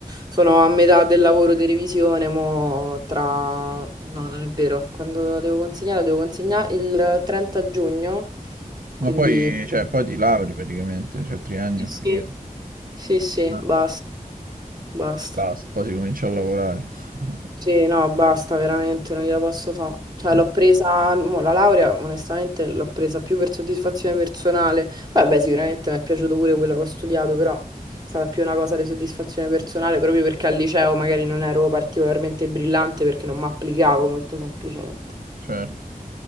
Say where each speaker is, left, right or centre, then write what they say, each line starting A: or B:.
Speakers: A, on the right; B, on the right.
A: sono a metà del lavoro di revisione, mo tra... No, non è vero, quando la devo consegnare, la devo consegnare il 30 giugno, quindi...
B: Ma poi cioè poi ti lauri praticamente, cioè triennio
A: Sì, sì.
B: finito.
A: Sì, sì,
B: Eh.
A: basta, basta.
B: Basta, poi si comincia a lavorare.
A: Sì,
B: <laughs>
A: no, basta, veramente, non gliela posso fare. Cioè,
B: Mh.
A: l'ho presa, mo, la laurea, onestamente, l'ho presa più per soddisfazione personale. Poi, vabbè, sicuramente mi è piaciuto pure quello che ho studiato, però è stata più una cosa di soddisfazione personale, proprio perché al liceo magari non ero particolarmente brillante perché non mi applicavo molto semplicemente.
B: Certo.